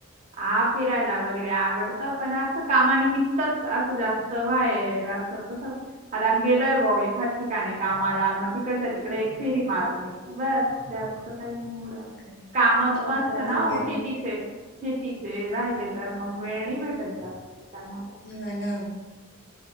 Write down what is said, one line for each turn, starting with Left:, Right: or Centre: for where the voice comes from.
Right: हा. फिरायला वगैरे आवडत, पण असं कामानिमित्तच असं जास्त बाहेर असं तसं- आता गेलय भाऊ एखाद ठिकाणी कामाला मग तिकडच्या तिकडे एक फेरी मारून यायचं. बर. जास्त काही नाही येवडं.
Left: हां का?
Right: कामात
Left: पावसात
Right: पण असत ना
Left: वगैरे
Right: ओ? शेतीचे शेतीचे
Left: हा
Right: राहिलेत. तर मग वेळ नाही भेटत जास्त त्यांनापण.
Left: <unintelligible>